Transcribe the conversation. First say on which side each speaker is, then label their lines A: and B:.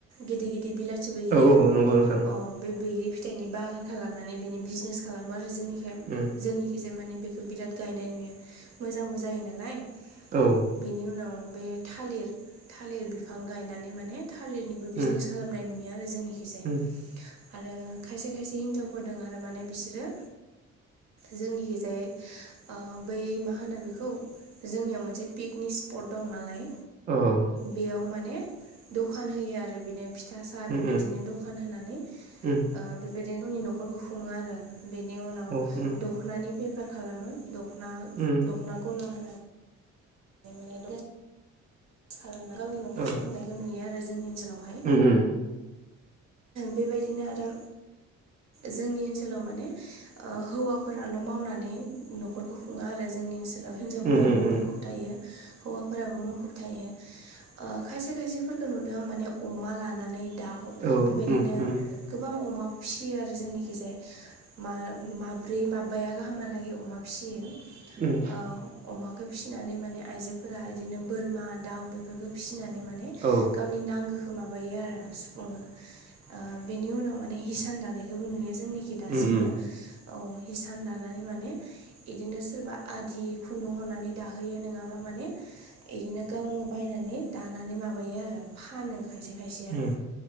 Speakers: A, on the right (about 60°); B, on the right (about 30°).
A: गिदिर गिदिर बिलाथि बैग्रिया
B: औ औ नंगौ नोंथां
A: अ बे बैग्रि फिथा फिथाइनि बागान खालामनानै बिनि बिजनेस खालामो आरो जोंनिखाय
B: उम
A: जोंनिखिजाया माने बे बिराद गायनाय नुयो मोजांबो जायो नालाय
B: औ
A: बेनि उनाव बे थालिर थालिर बिफां गायनानै माने थालिरनिबो
B: उम
A: बिजनेस खालामनाय नुयो आरो जोंनिखिजाय
B: उम
A: आरो खायसे खायसे हिनजावफोर द आरो माने बिसोरो जोंनिखैजाय बै मा होनो बेखौ जोंनियाव मोनसे पिकनिक स्पट दं नालाय
B: अ उम
A: बेयाव माने दखान होयो आरो बिदि दिनो फिथा साहा बेबायदिनो
B: उम
A: दखान होनानै
B: उम
A: बेबायदिनो गावनि न'खरखौ खुङो आरो बेनि उनाव
B: अ उम
A: दखनानि बेफार खालामो दखना
B: उम
A: दखना गला होनानै बे माने खालामना गावनि न'खरखौ
B: औ
A: खुंनायखौ नुयो आरो जोंनि ओनसोलावहाय
B: उम उम
A: बेबायदिनो आरो जोंनि ओनसोलाव माने ओ हौवाफोराल‌ मावनानै न'खरखौ खुङा आरो जोंनि ओनसोलाव ओनसोलाव हिनजावफोराबो
B: उम उम
A: मुखुब
B: उम
A: थायो हौवाफोराबो मुखुब थायो खायसे खायसेफोरखौ नुदों आं माने अमा लानानै दाउ
B: औ उम
A: बेबायदिनो
B: उम
A: गोबां अमा फियो आरो जोंनि गेजेर माब्रै माबाया गाहामहालागै अमा फिसियो
B: उम
A: औ अमाखौ फिसिनानै माने आइजोफोरा इदिनो बोरमा दाउ बेफोरखौ फिसिनानै माने
B: औ
A: गावनि नांगौखौ माबायो आरो सुफुङो ओ बेनि उनाव माने हिसान दानायखौबो नुयो जोंनिखि दासिमबो
B: उम औ
A: औ हिसान लानानै माने इदिनो सोरबा आदि खुन्दुं हरनानै दाहो यो नङाबा माने बिदिनो गावनो बायनानै दानानै माबायो आरो फानो खायसे खायसेया
B: उम